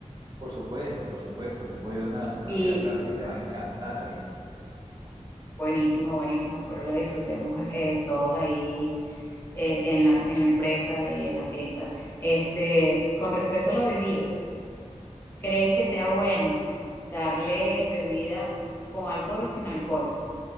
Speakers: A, on the right (about 35°); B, on the left (about 15°).
A: Por supuesto, por supuesto, te puedo llevar una gastronomía
B: Y
A: peruana que te va a encantar, amiga.
B: buenísimo, buenísimo, espero la disfrutemos eh, todos ahí eh, en la, en la empresa y en la fiesta. Este, con respecto a la bebida. ¿Crees que sea bueno darle bebida con alcohol o sin alcohol?